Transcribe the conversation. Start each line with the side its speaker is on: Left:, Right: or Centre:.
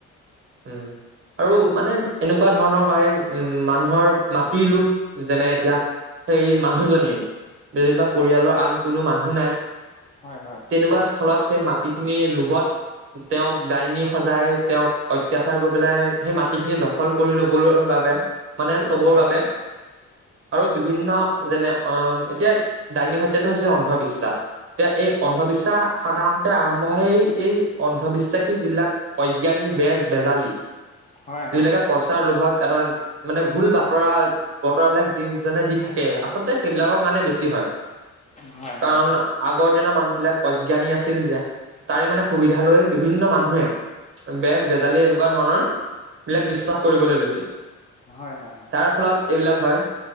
Right: উম। আৰু মানে এনেকুৱা ধৰণৰ হয় উম মানুহৰ মাটিৰ লোভ যেনে এতিয়া সেই মানুহজনীৰ যেনিবা পৰিয়ালৰ আন কোনো মানুহ নাই,
Left: হয় হয়
Right: তেনেকুৱা স্থলত সেই মাটিখিনিৰ লোভত তেওঁক ডাইনী সজাই তেওঁক অত্যাচাৰ কৰি পেলাই সেই মাটিখিনি দখল কৰি ল'বলৈ বাবে মানে ল'বৰ
Left: হয়
Right: বাবে। আৰু বিভিন্ন যেনে আহ এতিয়া ডাইনী হত্যাটো হৈছে অন্ধবিশ্বাস। এতিয়া এই অন্ধবিশ্বাস সাধাৰণতে আৰম্ভ হয় এই অন্ধবিশ্বাসী যিবিলাক অজ্ঞানী বেজ বেজালী
Left: হয়
Right: যিবিলাকে
Left: হয়
Right: পইচা লভ এটা মানে ভুল বাতৰা বতৰা বিলাক যিজনে দি থাকে আচলতে সেইবিলাকৰ কাৰণে বেছি হয়।
Left: হয়
Right: কাৰণ
Left: হয়
Right: আগৰ দিনৰ মানুহ বিলাক অজ্ঞানী আছিল যে তাৰে মানে সুবিধা লৈ বিভিন্ন মানুহে বেজ বে তেনেকুৱা ধৰণৰ বিলাক বিশ্বাস কৰিবলৈ লৈছিল
Left: হয় হয় হয়
Right: তাৰ ফলত এইবিলাক হয়